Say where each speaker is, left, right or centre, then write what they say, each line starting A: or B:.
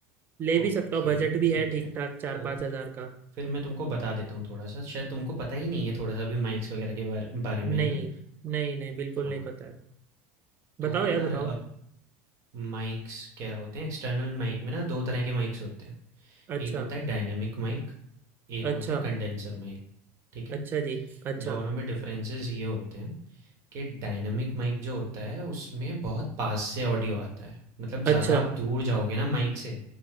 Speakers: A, on the right (about 30°); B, on the right (about 45°).
A: ले भी
B: ओके
A: सकता हूँ बजट भी
B: ठीक
A: है ठीक
B: है
A: ठाक चार
B: तो
A: पाँच हजार का
B: फिर मैं तुमको बता देता हूँ थोड़ा सा शायद तुमको पता ही नहीं है थोड़ा सा भी माइक्स वगैरह के बारे, बारे में
A: नहीं
B: है ना
A: नहीं नहीं बिल्कुल
B: हाँ
A: नहीं पता है बताओ
B: तो यार
A: यार बताओ
B: माइक्स क्या होते हैं एक्सटर्नल माइक में ना दो तरह के माइक्स होते हैं
A: अच्छा
B: एक होता है डायनेमिक माइक एक
A: अच्छा
B: होता है कंडेंसर माइक ठीक है
A: अच्छा जी अच्छा
B: दोनों में डिफरेंसेस ये होते हैं कि डायनेमिक माइक जो होता है उसमें बहुत पास से ऑडियो आता है मतलब
A: अच्छा
B: ज़्यादा आप दूर जाओगे ना माइक से